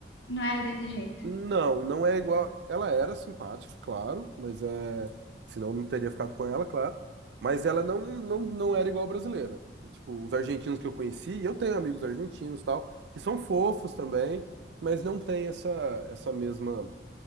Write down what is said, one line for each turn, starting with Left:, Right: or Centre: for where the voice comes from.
Left: não era desse jeito.
Right: Não, não é igual. Ela era simpática, claro, mas é. Senão eu não teria ficado com ela, claro. Mas ela não, não, não era igual brasileira. Tipo, os argentinos que eu conheci, e eu tenho amigos argentinos e tal, que são fofos também, mas não tem essa, essa mesma